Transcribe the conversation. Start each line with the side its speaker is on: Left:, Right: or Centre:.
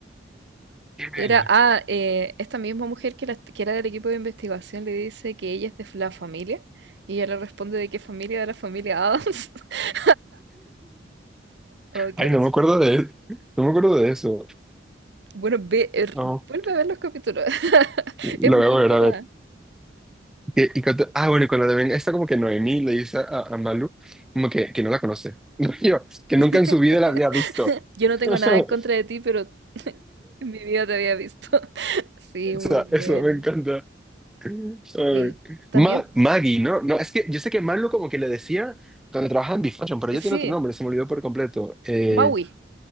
Centre: Email.
Right: Era, ah, eh, esta misma mujer que, la- que era del equipo de investigación le dice que ella es de la familia y ella le responde de qué familia, de la familia Adams. <laughs> Ay, qué
Centre: Ay,
Right: risa.
Centre: no me acuerdo de, no me acuerdo de eso.
Right: Bueno, ve, er,
Centre: No,
Right: vuelve a ver los capítulos. <laughs>
Centre: lo
Right: Es muy
Centre: voy a volver
Right: buena.
Centre: a ver. Y, y cuando- ah, bueno, y cuando también está como que Noemí le dice a, a Malu como que, que no la conoce. <laughs> Yo, que
Right: <laughs>
Centre: nunca en su vida la había visto.
Right: Yo
Centre: <laughs>
Right: no tengo
Centre: Eso,
Right: nada en contra de ti, pero <laughs> en mi vida te había visto. <laughs> Sí,
Centre: eso,
Right: muy buena.
Centre: eso me encanta. Ay.
Right: Eh, también,
Centre: Ma- Maggie, ¿no? No, es que yo sé que Malu como que le decía cuando trabajaba en Bifashion, pero
Right: sí,
Centre: ya tiene otro nombre, se me olvidó por completo. Eh,
Right: Maui.